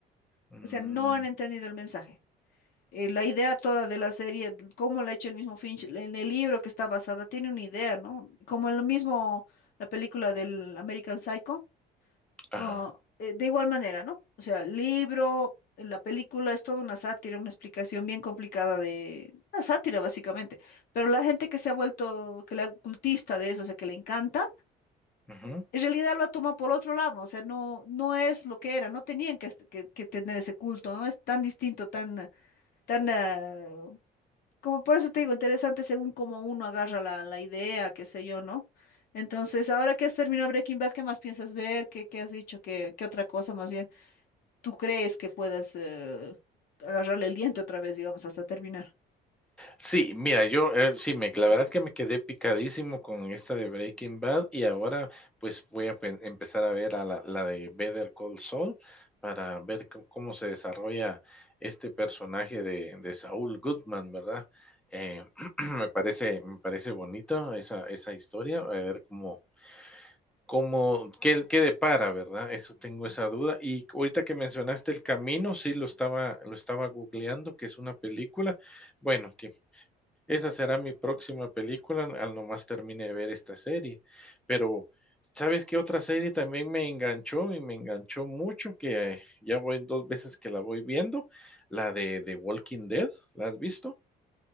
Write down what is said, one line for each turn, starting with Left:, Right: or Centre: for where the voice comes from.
Centre: Mm,
Left: o sea, no han entendido el mensaje eh, la idea toda de la serie, d- cómo la ha hecho el mismo Finch, en el libro que está basada, tiene una idea, ¿no? Como en lo mismo la película del American Psycho,
Centre: ajá,
Left: co- eh, de igual manera, ¿no? O sea, el libro, eh, la película es toda una sátira, una explicación bien complicada de una sátira básicamente, pero la gente que se ha vuelto, que la cultista de eso, o sea, que le encanta.
Centre: ujú.
Left: En realidad lo toma por otro lado, o sea, no, no es lo que era, no tenían que, que- que tener ese culto, no es tan distinto, tan, tan ah, como por eso te digo, interesante según cómo uno agarra la, la idea, qué sé yo, ¿no? Entonces, ahora que has terminado Breaking Bad, ¿qué más piensas ver? ¿Qué, qué has dicho? ¿Qué, qué otra cosa más bien tú crees que puedas eh, agarrarle el diente otra vez, digamos, hasta terminar?
Centre: Sí, mira, yo eh, sí, me, la verdad es que me quedé picadísimo con esta de Breaking Bad y ahora pues voy a pe- empezar a ver a la, la de Better Call Saul para ver co- cómo se desarrolla este personaje de, de Saul Goodman, ¿verdad? Eh, <clears throat> me parece, me parece bonita esa, esa historia, a ver cómo, cómo, qué, qué depara, ¿verdad? Eso tengo esa duda. Y ahorita que mencionaste El Camino, sí lo estaba, lo estaba googleando, que es una película. Bueno, esa será mi próxima película, al nomás termine de ver esta serie. Pero, ¿sabes qué otra serie también me enganchó? Y me enganchó mucho, que eh, ya voy 2 veces que la voy viendo, la de The Walking Dead, ¿la has visto?